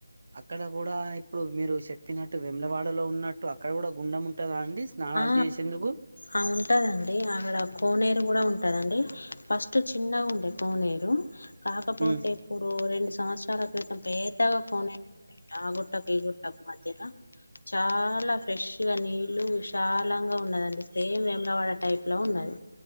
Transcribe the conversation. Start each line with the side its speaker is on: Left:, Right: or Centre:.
Right: అక్కడ కూడా ఇప్పుడు మీరు చెప్పినట్టు విములవాడలో ఉన్నట్టు అక్కడ కూడా గుండం ఉంటుంద అండి స్నానాలు
Left: ఆ
Right: చేసేందుకు
Left: ఆ ఉంటాదండి అక్కడ కోనేరు కూడా ఉంట దండి ఫస్ట్ చినాగ ఉండే కోనేరు కాకపోతే
Right: ఉమ్
Left: ఇప్పుడు రెండు సంవత్సరాల క్రితం పెద్దగా కోనేరు డే ఆ గుట్టకు గుట్టకు మధ్యల చాలా ఫ్రెష్ గా నీళ్ళు దాలాంగా ఉన్నదండి సేమ్ వేములవాడ టైప్ లో ఉన్నది